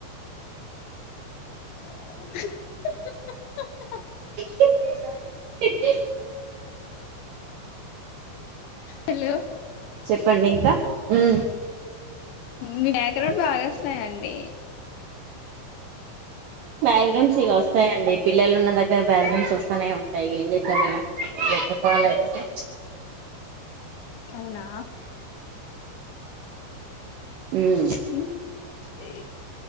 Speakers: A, on the left (about 75°); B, on the right (about 85°).
A: <inaudible>
B: <inaudible>
A: హలో!
B: చెప్పండి ఇంకా? ఉమ్
A: మీ డెకరేట్ బాగా వస్తాయండి.
B: మ్యాక్జిమ్ ఇక వస్తాయండి. పిల్లలు ఉన్న దగ్గ బాలెన్స్ వస్తానే ఉంటాయి. ఇక ఏం చేద్దాం ఇక ఎత్తుకోవాలి అయితే
A: అవునా
B: ఉమ్
A: మ్. తే